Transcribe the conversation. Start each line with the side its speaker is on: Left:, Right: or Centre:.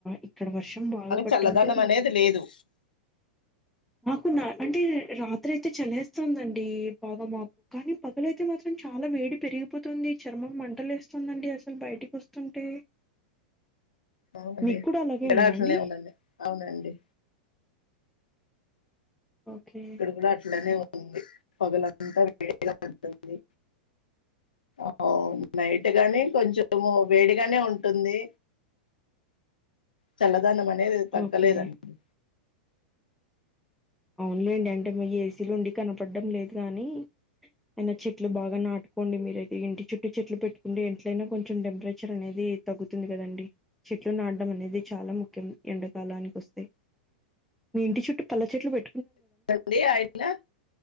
Centre: ఇక్కడ వర్షం బాగా పడం
Left: చల్లదనం
Centre: తో
Left: అనేది లేదు
Centre: మాకు నా అంటే రాత్రి అయితే చలేస్తుందండి బాగా మాక్ కానీ పగలైతే మాత్రం చాలా వేడి పెరిగిపోతుంది చర్మం మంటలు లేస్తుందియండీ అసలు బయటికి వస్తుంటే
Left: అవునండి
Centre: మీకు కూడా అలాగే
Left: ఇక్కడా
Centre: ఉందా
Left: ఆట్లనే
Centre: అండి
Left: ఉందండి అవునండి
Centre: ఓకే
Left: ఇక్కడ కూడా అట్లానే పగలంతా వేడిగా ఉంటుంది అ నైట్ గాని కొంచెము వేడిగానే ఉంటుంది చల్ల దనం అనేది తగ్గలేదండి
Centre: ఓకే అవున్లేండి అంటే మ ఏసీలో ఉండి కనపడడం లేదు కాని అయినా చెట్లు బాగా నాటుకోండి మీరయితే ఇంటి చుట్టూ చెట్లు పెట్టుకుంటే ఎట్లైనా కొంచెం టెంపరేచర్ అనేది తగ్గుతుంది కదండి చెట్లు నాటడం అనేది చాలా ముఖ్యం ఎండాకాలానికి వస్తాయి మీ ఇంటి చుట్టూ పల్ల చెట్లు పె
Left: అండి అయిన